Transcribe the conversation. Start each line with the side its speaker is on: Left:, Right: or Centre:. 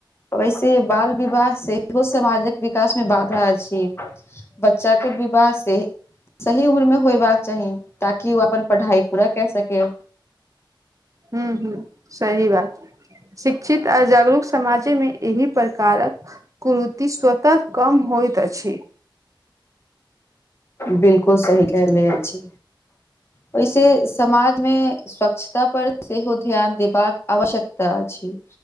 Left: वैसे बाल विवाह से एगो समाजक विकास मे बाधा‌ अछि‌ ब च्चाके विवाह से सही उम्र मे होयबाक चाही ताकि ओ अपन पढ़ाइ पूरा कै सकै
Right: हू हू सही बात शिक्षित आ जागरूक समाजे मे एहि प्रकारक कुरीति स्वतः कम होइत अछि।
Left: बिलकुल सही कहले अछि ओहिसे समाज मे स्वच्छता पर सेहो ध्यान देबाक आवश्यकता अछि